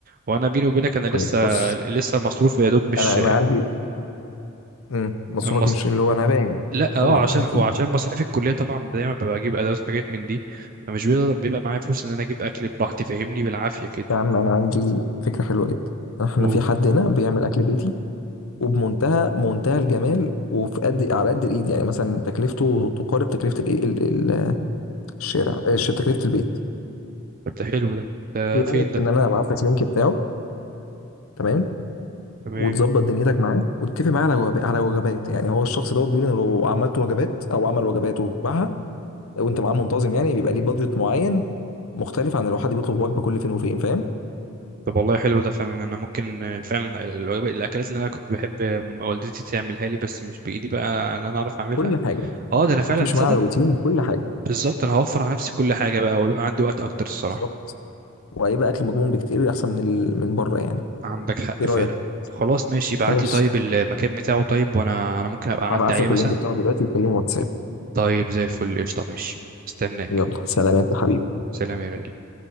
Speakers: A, on the right; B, on the left.
A: وانا بيني وبينك انا لسه
B: طيب بص
A: لسه مصروف يا دوب مش
B: انا انا عندي امم مصروفك
A: مص...
B: مش اللي هو انا باين
A: لا اه
B: طبعا
A: عشان
B: اكيد
A: وعشان مصاريف الكليه طبعا دايما ببقى اجيب ادوات وحاجات من دي فمش بيبقى, بيبقى معايا فلوس ان انا اجيب اكل براحتي فاهمني بالعافيه كده
B: يا عم انا عندي فكره حلوه جدا احنا
A: اوه
B: في حد هنا بيعمل اكل بيتي وبمنتهى منتهى الجمال وفي قد على قد الايد يعني مثلا تكلفته تقارب تكلفه الايه ال- ال- الشارع آه، ش- تكلفه البيت
A: طب ده حلو ده ده
B: ايه
A: فين
B: رايك
A: ده
B: ان انا ابعت لك لينك بتاعه تمام
A: تمام
B: وتظبط دنيتك معاه وتتفق معاه على وجب- على وجبات يعني هو الشخص دوت بيقول ان لو عملت وجبات او عمل وجبات وباعها وانت معاه منتظم يعني بيبقى ليه بادجت معين مختلف عن لو حد بيطلب وجبه كل فين وفين فاهم
A: طب والله حلو ده فعلا انا ممكن فعلا الوجبات الاكلات اللي انا كنت بحب والدتي تعملها لي بس مش بايدي بقى ان انا اعرف اعملها
B: كل حاجه
A: اه
B: انت
A: ده انا فعلا
B: بتمشي
A: تصدق
B: معاه على روتين كل حاجه
A: بالظبط انا هوفر على نفسي كل حاجه بقى ويبقى عندي وقت اكتر الصراحه
B: بالظبط وهيبقى اكل مضمون بكتير احسن من ال... من بره يعني
A: عندك حق
B: ايه رايك
A: فعلا خلاص ماشي ابعت
B: خلاص
A: لي طيب المكان بتاعه طيب وانا انا ممكن ابقى اعدي
B: هبعت
A: عليه
B: لك
A: مثلا
B: اللينك بتاعه دلوقتي تكلمه واتساب
A: طيب زي الفل قشطه ماشي استناك
B: يلا سلامات يا حبيبي
A: سلام يا غالي